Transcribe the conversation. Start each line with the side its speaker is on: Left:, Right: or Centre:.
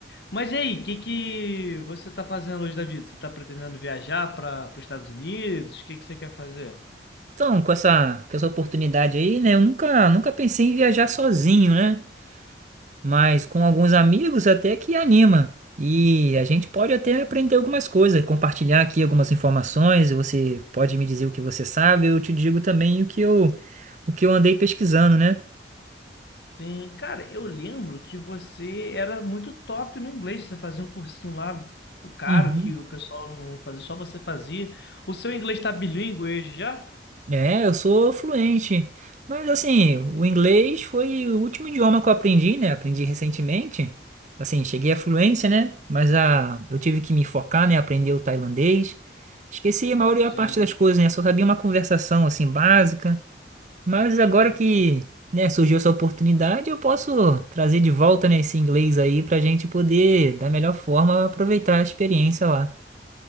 Left: Mas e aí, o que que você tá fazendo hoje da vida? Você tá pretendendo viajar para os Estados Unidos? O que que você quer fazer?
Right: Então, com essa, com essa oportunidade aí, né? Eu nunca, nunca pensei em viajar sozinho, né? mas com alguns amigos até que anima. E a gente pode até aprender algumas coisas, compartilhar aqui algumas informações, você pode me dizer o que você sabe, eu te digo também o que eu, o que eu andei pesquisando, né?
Left: Sim, cara, eu lembro que você era muito top no inglês. Você fazia um cursinho lá caro
Right: Uhum.
Left: que o pessoal não fazia, só você fazia. O seu inglês tá bilíngue hoje já?
Right: É, eu sou fluente. Mas assim, o inglês foi o último idioma que eu aprendi, né? Aprendi recentemente. Assim, cheguei à fluência, né? Mas a, eu tive que me focar, né? Aprender o tailandês. Esqueci a maioria
Left: Sim,
Right: parte das coisas, né? Só sabia uma conversação assim básica. Mas agora
Left: entendi.
Right: que, né, surgiu essa oportunidade, eu posso trazer de volta, né, esse inglês aí pra gente poder, da melhor forma, aproveitar a experiência lá.